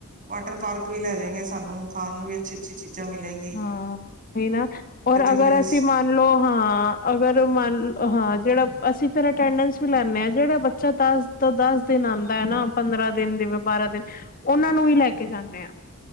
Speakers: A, on the right (about 35°); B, on the left (about 40°).
A: ਵਾਟਰ ਪਾਰਕ ਵੀ ਲੈ ਜੇਂਗੇ ਸਾਨੂੰ, ਖਾਣ ਨੂੰ ਵੀ ਅੱਛੀ- ਅੱਛੀ ਚੀਜ਼ਾਂ ਮਿਲੇ
B: ਹਾਂ ੳਈ ਨਾ ਔਰ ਅਗਰ
A: ਫੇਰ
B: ਅਸੀਂ ਮ ਲੋ ਹਾਂ ਅਗਰ ਮੰਨ ਹਾਂ, ਜਿਹੜਾ ਅਸੀਂ ਫੇਰ ਅਟੈਂਡੈਂਸ ਵੀ ਲੈਂਨੇ ਹਾਂ ਜੇੜਾ ਬੱਚਾ ਦਸ ਤੋਂ ਦਸ ਦਿਨ ਆਂਦਾ ਏ ਨਾ ਪੰਦਰਾਂ ਦਿਨ ਜਿਵੇਂ ਬਾਰਾਂ ਦਿਨ ਉਨਾਂ ਨੂੰ ਵੀ ਲੈ ਕੇ ਜਾਂਨੇ ਆ